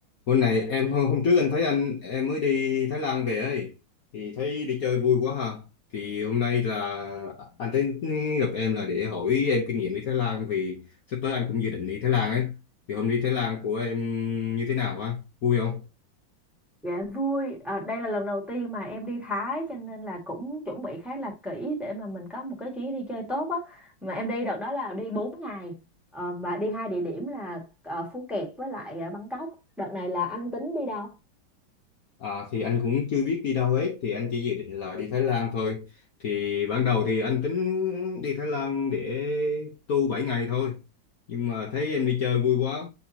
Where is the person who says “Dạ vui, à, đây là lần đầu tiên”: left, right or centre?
Centre